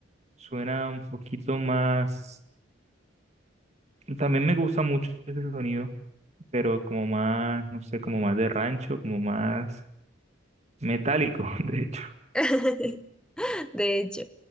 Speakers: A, on the right; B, in the centre.
A: Suena un poquito más, también me gusta mucho ese sonido, pero como más, no sé, como más de rancho, como más metálico, <laughs> de hecho.
B: <laughs> De hecho.